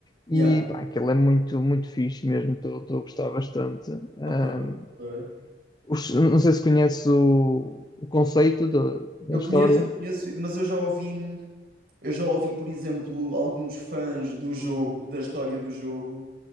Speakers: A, on the left (about 25°); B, on the right (about 55°).
A: E
B: Yeah,
A: pá, aquilo é muito, muito fixe mesmo, estou a gostar bastante. Ahm,
B: ok. ok.
A: os- não sei se conheces o, o conceito da da
B: Eu
A: história.
B: conheço, eu conheço, mas eu já ouvi, eu já ouvi, por exemplo, alguns fãs do jogo, da história do jogo,